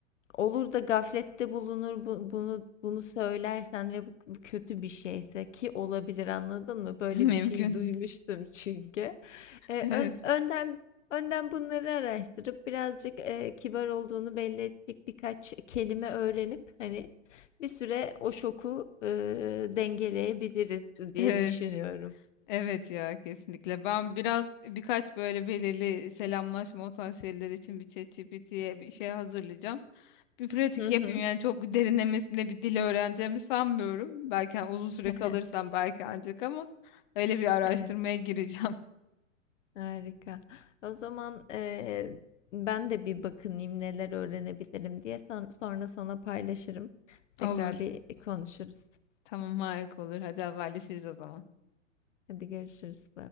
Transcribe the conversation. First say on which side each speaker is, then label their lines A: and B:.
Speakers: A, on the left; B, on the left.
A: Olur da gaflette bulunur bu- bunu bunu söylersen ve bu, bu kötü bir şeyse ki olabilir anladın mı? Böyle
B: <laughs> Mümkün.
A: bir şeyi duymuştum çünkü. E,
B: Evet.
A: ön-
B: <laughs>
A: önden önden bunları araştırıp birazcık e, kibar olduğunu belli edecek birkaç kelime öğrenip hani bir süre o şoku e, dengeleyebiliriz diye
B: Evet.
A: düşünüyorum.
B: Evet ya kesinlikle. Ben biraz birkaç böyle belirli selamlaşma o tarz şeyler için bir ChatGPT'ye bir şey hazırlayacağım. Bir pratik
A: Hı hı.
B: yapayım yani çok derinlemesine bir dil öğreneceğimi sanmıyorum. Belki hani uzun süre
A: <laughs>
B: kalırsam belki ancak ama öyle bir araştırmaya
A: Evet.
B: gireceğim.
A: Harika. O zaman eee, ben de bir bakınayım neler öğrenebilirim diye san- sonra sana paylaşırım. Tekrar
B: Olur.
A: bir konuşuruz.
B: Tamam harika olur. Hadi haberleşiriz o zaman.
A: Hadi görüşürüz.